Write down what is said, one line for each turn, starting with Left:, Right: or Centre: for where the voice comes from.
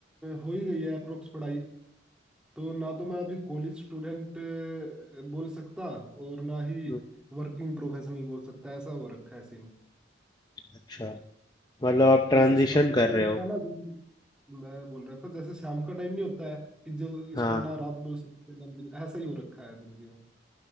Centre: हो ही गई है अप्रोक्स पढ़ाई तो ना तो मैं अभी कॉलेज स्टूडेंट बोल सकता और ना ही
Left: हम्म,
Centre: वर्किंग प्रोफेशनल बोल सकता ऐसा हो रखा है सीन
Left: अच्छा मतलब आप
Centre: जैसे
Left: ट्रांजिशन
Centre: शाम का
Left: कर
Centre: टाइम
Left: रहे
Centre: होता
Left: हो
Centre: है ना जो मैं बोल रहा था जैसे शाम का टाइम नहीं होता है कि जो इसको
Left: हाँ
Centre: ना रात बोल सकते ना दिन ऐसा ही हो रखा है जिंदगी में